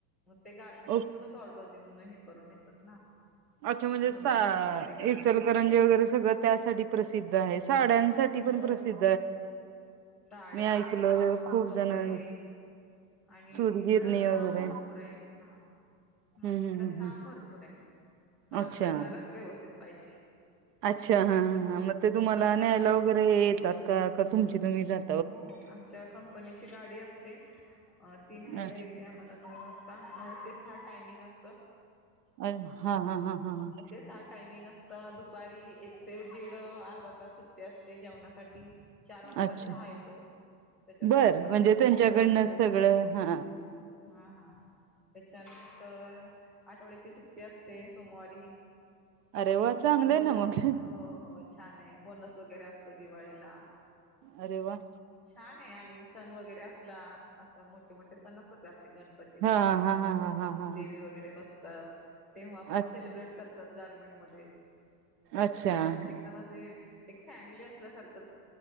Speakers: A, in the centre; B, on the right (about 80°).
A: मग ते गार्मेंट
B: ओके
A: मधूनच ऑर्डर देऊन करून येतात ना
B: अच्छा म्हणजे
A: रुमालाचे
B: सा
A: वगैरे गार्मेंट
B: इचलकरंजी
A: असतात.
B: वगैरे सगळं त्यासाठी प्रसिद्ध आहे साड्यांसाठी ते
A: होय
B: पण प्रसिद्ध
A: होय साड्या
B: मी ऐकलं
A: काप अ
B: खूप
A: कपडे.
B: जण
A: आणि
B: सूतगिरणी
A: इकड
B: वगैरे
A: काम भरपूर आहे हा
B: हम्म
A: हा इकड
B: हम्म हम्म
A: काम
B: हम्म.
A: भरपूर आहे काम
B: अच्छा
A: करणाराच व्यवस्थित पाहिजे.
B: अच्छा हा ह ह मग ते तुम्हाला न्यायला
A: हा
B: वगैरे येतात का का तुमची तुम्ही जात.
A: हो हो आमच्या कंपनीची गाडी असते. अ ती न्यायला
B: अ
A: येते आम्हाला नऊ वाजता नऊ ते सठ टायमिंग असत.
B: अ हा हा हा हा हा.
A: सहा टायमिंग असतं दुपारी एक ते दीड अर्धा तास सुट्टी असते जेवणासाठी चार वाजता.
B: अच्छा
A: चहा येतो त्याच्यासाठी
B: बर
A: पंधरा
B: म्हणजे
A: मिनिटे
B: त्यांच्याकडनं
A: वेळ असतो.
B: सगळं हा
A: हा हा. त्याच्यानंतर आठवड्याची सुट्टी असते सोमवारी
B: अरे वा चांगलंय
A: बोनस
B: ना मग
A: हो हो छान आहे बोनस वगैरे असतो दिवाळीला
B: अरे वा.
A: छान आहे आणि सण वगैरे असला असं मोठे मोठे सण असतात आपले गणपती वगैरे
B: हा हा हा हा हा हा हा
A: देवी वगैरे बस. तेव्हा पण
B: अ-
A: सेलिब्रेट करतात गारमेंट मध्येच
B: अच्छा
A: छान असतय एकदम असे एक फॅमिली असल्यासारखंच.